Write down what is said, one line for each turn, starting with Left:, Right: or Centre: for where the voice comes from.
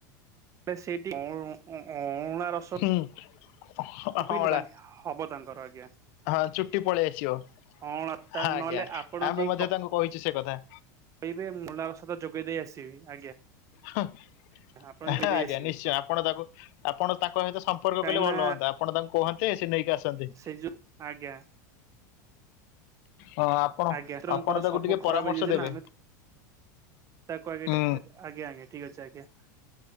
Right: ସେଇଠି ଉ-ଉ-ଉ-ଉଣା ରସ
Left: ହୁଁ ହଁ-ଅଁଳା
Right: ପିଇଲେ ତାଙ୍କ ହବ ତାଙ୍କର ଆଜ୍ଞା
Left: ହଁ ଚୁଟି ପଳେଇ ଆସିବ
Right: ଅଁଳା ତାଙ୍କୁ
Left: ହଁ
Right: ନହେଲେ
Left: ଆଜ୍ଞା
Right: ଆପଣ ଯଦି
Left: ଆମେ ମଧ୍ୟ ତାଙ୍କୁ କହିଛୁ ସେ କଥା।
Right: କହିବେ ମୂଳା ରସତ ଯୋଗେଇ ଦେଇ ଆସିବି ଆଜ୍ଞା।
Left: ହଁ।
Right: ଆପଣ
Left: ଆହି
Right: ଯୋଗେଇ
Left: ଆଜ୍ଞା
Right: ଦେଇ ଆସିବି
Left: ନିଶ୍ଚୟ ଆପଣ ତାଙ୍କୁ ଆପଣ ତାଙ୍କ ସହିତ ସମ୍ପର୍କ
Right: କାହିଁକି
Left: କଲେ ଭଲ
Right: ନା
Left: ହୁଅନ୍ତା ଆପଣ ତାଙ୍କୁ କୁହନ୍ତେ ସେ ନେଇକି ଆସନ୍ତେ
Right: ସେ ଯୁ ଆଜ୍ଞା।
Left: ହଁ ଆପଣ
Right: ଆଜ୍ଞା ମିତ୍ରଙ୍କର
Left: ଆପଣ ତାକୁ
Right: ସବୁ
Left: ଟିକେ
Right: ଖରାପ
Left: ପରାମର୍ଶ
Right: ହେଇଯାଇଛି
Left: ଦେବେ
Right: ନା ଆମେ ତାକୁ କହିବେ
Left: ହୁଁ
Right: ସେତ ଆଜ୍ଞା ଆଜ୍ଞା ଠିକ୍ ଅଛି ଆଜ୍ଞା।